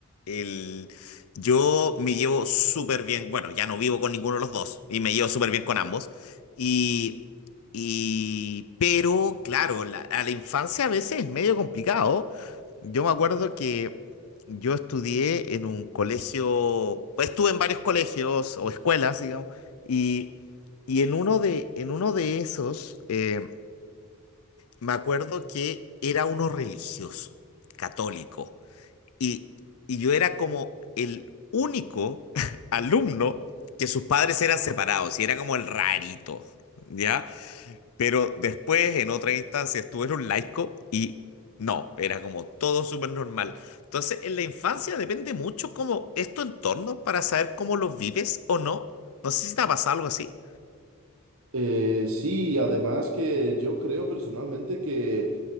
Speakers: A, on the left (about 75°); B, on the right (about 65°).
A: El, yo me llevo súper bien, bueno, ya no vivo con ninguno de los dos y me llevo súper bien con ambos. Y, y pero claro, la- a la infancia a veces es medio complicado. Yo me acuerdo que yo estudié en un colegio, pues, estuve en varios colegios o escuelas, digamos, y, y en uno de, en uno de esos... eh, me acuerdo que era uno religioso, católico, y, y yo era como el único <laughs> alumno que sus padres eran separados, y era como el rarito, ¿ya? Pero después, en otra instancia, estuve en un laico y no, era como todo súper normal. Entonces, en la infancia depende mucho como es tu entorno para saber cómo lo vives o no. No sé si te ha pasado algo así.
B: Eh, sí, además que yo creo personalmente que